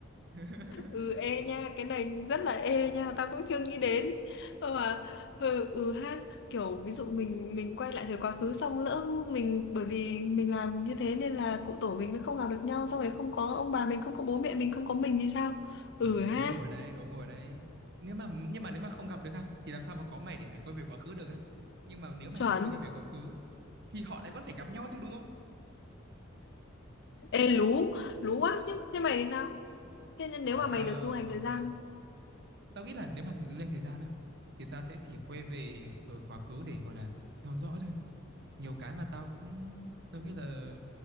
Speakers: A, on the right (about 55°); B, on the left (about 60°).
A: <laughs>
B: ừ ê nha cái này rất là ê nha tao cũng chưa nghĩ đến Ờ mà ừ, ừ ha kiểu ví dụ mình mình quay lại thời quá khứ xong lỡ mình bởi vì mình làm như thế nên là cụ tổ mình mới không gặp được nhau xong rồi không có ông bà mình không có bố mẹ mình không có mình thì sao
A: ờ
B: ừ
A: đấy
B: ha
A: đố ngồi ở đấy đố ngồi ở đấy nếu mà nhưng mà nếu mà không gặp được ha thì làm sao mà có mày để mày quay về quá khứ được ấy nhưng mà nếu mày
B: chuẩn
A: không quay về quá khứ thì họ lại vẫn phải gặp nhau chứ đúng không
B: ê lú lú quá chứ thế mày thì sao thế nên
A: ờ
B: nếu mà mày
A: tao
B: được du hành
A: ừm,
B: thời gian
A: tao nghĩ là nếu mà thực sự dành thời gian đó thì tao sẽ chỉ quay về thời quá khứ để gọi là theo dõi thôi nhiều cái mà tao cũng tao nghĩ là